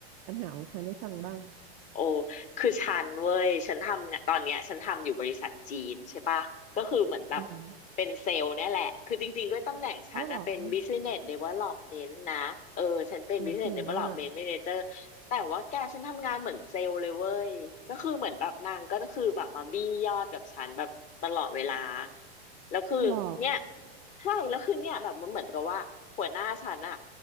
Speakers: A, on the right; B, on the left.
A: ปัญหาของฉันให้ฟังบ้าง
B: โอ้คือฉันเว้ยฉันทำงานตอนเนี้ยฉันทำอยู่บริษัทจีนใช่ปะก็คือเหมือนแบบ
A: อ่าฮะ
B: เป็นเซลล์เนี่ยแหละ คือจริงๆด้วยตำแหน่งฉันนะเป็น
A: เอ้าเหรอโ
B: Business Development นะ เออฉันเป็น
A: อ้ยเจ๋งอ่ะ
B: Business Development Manager แต่ว่าแกฉันทำงานเหมือนเซลล์เลยเว้ย ก็คือเหมือนแบบนางก็คือแบบมาบี้ยอดกับฉันแบบตลอดเวลา แล้วคือเนี่ย
A: เหรอ
B: ใช่แล้วคือเนี่ยแบบมันเหมือนกับว่าหัวหน้าฉันอะ